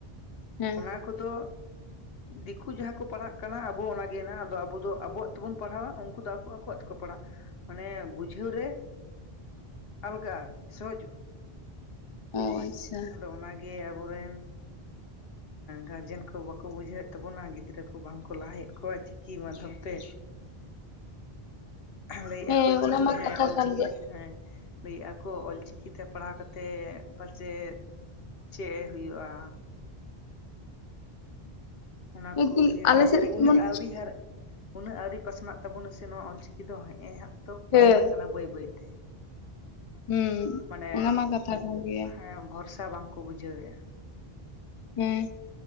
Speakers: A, on the left; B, on the left.
A: ᱦᱮᱸ
B: ᱚᱱᱟ ᱠᱚ᱾ ᱫᱚ ᱫᱤᱠᱩ ᱡᱟᱦᱟᱸ ᱠᱚ ᱯᱟᱲᱦᱟᱜ ᱠᱟᱱᱟ ᱟᱵᱚ ᱚᱱᱟᱜᱮᱱᱟᱜ ᱟᱫᱚ ᱟᱵᱚ ᱫᱚ ᱟᱵᱚᱣᱟᱜ ᱛᱮᱵᱩᱱ ᱯᱟᱲᱦᱟᱣᱟ ᱩᱱᱠᱩ ᱫᱚ ᱟᱠᱚ ᱟᱠᱚᱣᱟᱜ ᱛᱮᱠᱚ ᱯᱟᱲᱟᱜ᱾ ᱢᱟᱱᱮ ᱵᱩᱡᱷᱟᱹᱣ ᱨᱮ ᱟᱞᱜᱟᱜᱼᱟ ᱟᱨᱠᱤ, ᱥᱚᱦᱚᱡᱚᱜᱼᱟ᱾
A: ᱚ ᱟᱪᱪᱷᱟ᱾
B: ᱟᱫᱚ ᱚᱱᱟᱜᱤ ᱟᱵᱚᱨᱮᱱ ᱜᱟᱨᱡᱮᱱ ᱠᱚ ᱵᱟᱠᱚ ᱵᱩᱡᱷᱟᱹᱣᱮᱫ ᱛᱟᱵᱚᱱᱟ ᱜᱤᱫᱽᱨᱟᱹ ᱠᱚ ᱵᱟᱝᱠᱚ ᱞᱟᱦᱟᱭᱮᱫ ᱠᱚᱣᱟ ᱪᱤᱠᱤ ᱢᱟᱫᱽᱫᱷᱚᱢ ᱛᱮ᱾ ᱞᱟᱹᱭᱮᱫᱼᱟ
A: ᱦᱮᱸ
B: ᱠᱚ ᱪᱤ
A: ᱚᱱᱟ ᱢᱟ
B: ᱦᱮᱸ
A: ᱠᱟᱛᱷᱟ
B: ᱚᱞᱪᱤᱠᱤ
A: ᱠᱟᱱ ᱜᱮᱭᱟ
B: ᱦᱮᱸ᱾ ᱞᱟᱹᱭᱮᱫ ᱟᱠᱚ ᱚᱞᱪᱤᱠᱤ ᱛᱮ ᱯᱟᱲᱦᱟᱣ ᱠᱟᱛᱮᱫ ᱯᱟᱪᱮᱫ, ᱪᱮᱜ ᱮ ᱦᱩᱭᱩᱜᱼᱟ᱾ ᱚᱱᱟ
A: ᱞᱮᱠᱤᱱ
B: ᱠᱚ ᱩᱭᱦᱟᱹᱨᱮᱫᱼᱟ
A: ᱟᱞᱮ ᱥᱮᱫ
B: ᱢᱟᱱᱮ
A: ᱡᱮᱢᱚᱱ
B: ᱩᱱᱟᱹᱜ ᱟᱹᱣᱨᱤ ᱦᱟᱨᱼᱼ ᱩᱱᱟᱹᱜ ᱟᱹᱣᱨᱤ ᱯᱟᱥᱱᱟᱜ ᱛᱟᱵᱩᱱᱟᱥᱮ ᱱᱚᱣᱟ ᱚᱞᱪᱤᱠᱤ ᱫᱚ ᱦᱮᱸᱜᱼ ᱮ ᱦᱟᱸᱜ ᱛᱚ
A: ᱦᱮᱸ
B: ᱯᱟᱥᱱᱟᱜ ᱠᱟᱱᱟ ᱵᱟᱹᱭ ᱵᱟᱹᱭᱛᱮ᱾
A: ᱦᱩᱸ
B: ᱢᱟᱱᱮ,
A: ᱚᱱᱟ ᱢᱟ ᱠᱟᱛᱷᱟ ᱠᱟᱱ ᱜᱮᱭᱟ
B: ᱦᱮᱸ ᱵᱷᱚᱨᱥᱟ ᱵᱟᱝᱠᱚ ᱵᱩᱡᱷᱟᱹᱣᱮᱜᱼᱟ᱾
A: ᱦᱩᱸ᱾